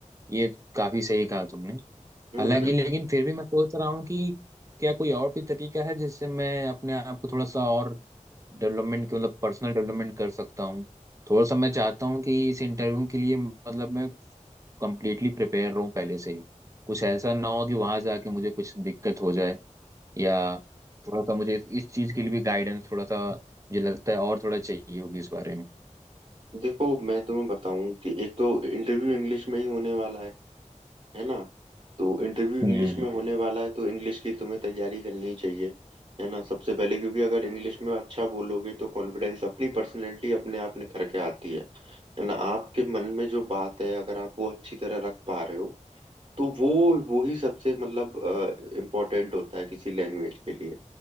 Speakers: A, on the right; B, on the right.
A: ये काफी सही कहा तुमने
B: है
A: हालांकि
B: ना बिल्कुल
A: लेकिन फिर भी मैं सोच रहा हूँ कि क्या कोई और भी तरीका है जिससे मैं अपने आप को थोड़ा सा और डेवलपमेंट मतलब पर्सनल डेवलपमेंट कर सकता हूँ थोड़ा सा मैं चाहता हूँ कि इस इंटरव्यू के लिए मतलब मैं कंप्लीटली प्रिपेयर रहूं पहले से ही कुछ ऐसा ना हो कि वहां जाके मुझे कुछ दिक्कत हो जाए या थोड़ा सा मुझे इस, इस चीज के लिए भी गाइडेंस थोड़ा सा मुझे लगता है और थोड़ा चाहिए होगी इस बारे में
B: देखो मैं तुम्हें बताऊं कि एक तो इंटरव्यू इंग्लिश में ही होने वाला है है ना तो इंटरव्यू इंग्लिश
A: हम्म
B: में होने वाला है तो इंग्लिश की तुम्हें तैयारी करनी चाहिए है ना सबसे पहले क्योंकि अगर इंग्लिश में अच्छा बोलोगे तो कॉन्फिडेंस अपनी पर्सनैलिटी अपने आप निखर के आती है है ना आपके मन में जो बात है अगर आप वो अच्छी तरह रख पा रहे हो तो वो वो ही सबसे मतलब इम्पोर्टेंट होता है किसी लैंग्वेज के लिए